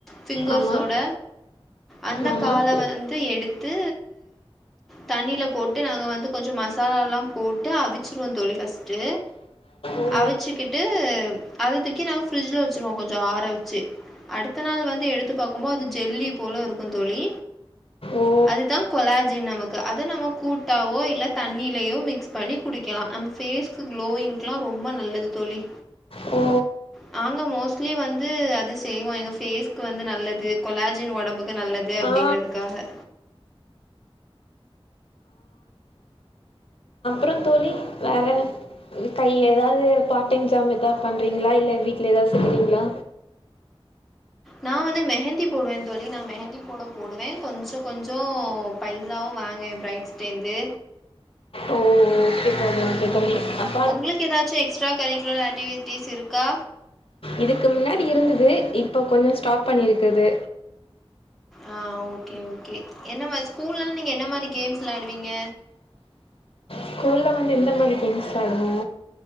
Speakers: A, in the centre; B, on the left.
A: ஃபிங்கர்ஸோட
B: ஆமாம்
A: அந்த
B: ஆமாம்
A: கால வந்து எடுத்து தண்ணில போட்டு நாங்க வந்து கொஞ்சோ மசாலாலா போட்டு அவிச்சிருவோ தோழி ஃபஸ்ட்டு
B: ஓ
A: அவிச்சுக்கிட்டு அத தூக்கி நாங்க ஃபிரிட்ஜ்ல வச்சுருவோ கொஞ்சோ ஆற வச்சு அடுத்த நாள் வந்து எடுத்து பாக்குமோத் அது ஜெல்லி போல இருக்கு தோழி
B: ஓ
A: அதுதா கொலாஜின் நமக்கு அது நம்ம கூட்டாவோ இல்ல தண்ணிலயோ மிக்ஸ் பண்ணி குடிக்கலா நம்ம ஃபேஸ் க்கு குளோயிங்லா ரொம்ப நல்லது தோழி
B: ஓ
A: நாங்க மோஸ்ட்லி வந்து அது செய்வோ எங்க பேஸ்க்கு வந்து நல்லது கொலாஜின் ஒடம்புக்கு நல்லது அப்டிங்க்றது
B: ஆ
A: க்காக
B: அப்றோ தோழி வேற இப்ப எதாது பார்ட்டைம் ஜாம் எதாது பண்றீங்ளா இல்ல வீட்ல எதாது செய்றீங்ளா
A: நான் வந்து மெஹந்தி போடுவேன் தோழி நான் மெஹந்தி போட போடுவே கொஞ்சோ கொஞ்சோ பைசாவு வாங்குவே பிரைட்ஸ்ட்ட இர்ந்து
B: ஓ ஓகே தோழி ஓகே தோழி அம்
A: ஒங்ளுக்கு எதாச்சு எக்ஸ்ட்ரா கரிக்குலர் ஆக்டிவிட்டீஸ் இருக்கா
B: இதுக்கு முன்னாடி இருந்தது இப்போ கொஞ்சோ ஸ்டாப் பண்ணிருக்குது
A: ஆ ஓகே ஓகே என்ன மாரி ஸ்கூல்லலா நீங்க என்ன மாரி கேம்ஸ் விளாடுவீங்க
B: ஸ்கூல்ல வந்து எந்த மாதிரி கேம்ஸ் விளயாடுவோ